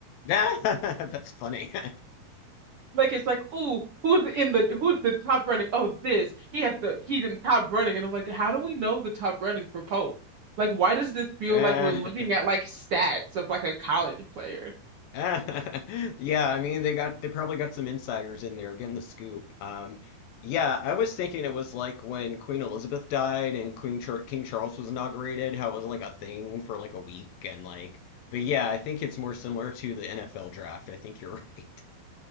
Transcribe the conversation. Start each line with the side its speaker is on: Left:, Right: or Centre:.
Left: <laughs> That's funny.
Right: Like it's like, ooh, who's in the who's the top running? Oh, this he has the he's in top running, and I'm like, how do we know the top running for Pope? Like, why does this feel
Left: <laughs> Eh.
Right: like we're looking at like stats of like a college player?
Left: <laughs> Yeah, I mean they got they probably got some insiders in there getting the scoop. Um, yeah, I was thinking it was like when Queen Elizabeth died and Queen Char King Charles was inaugurated, how it was like a thing for like a week and like, but yeah, I think it's more similar to the NFL draft. I think you're <laughs> right.